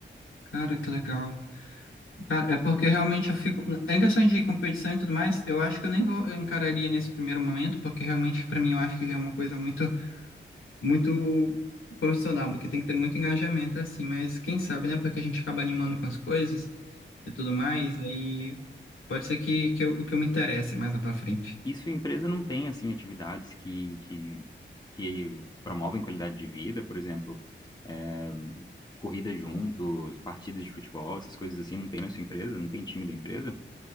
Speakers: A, on the left; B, on the left.
A: Cara, que legal. Cara, é porque realmente eu fico. Em questão de competição e tudo mais, eu acho que eu nem vou eu encararia nesse primeiro momento, porque realmente, pra mim, eu acho que é uma coisa muito, muito profissional, porque tem que ter muito engajamento assim, mas quem sabe, né? Porque a gente acaba animando com as coisas e tudo mais, aí Pode ser que, que eu, que eu me interesse mais lá pra frente.
B: E sua empresa não tem, assim, atividades que, que, que promovem qualidade de vida, por exemplo, é, corrida juntos, partidas de futebol, essas coisas assim, não tem na sua empresa, não tem time da empresa?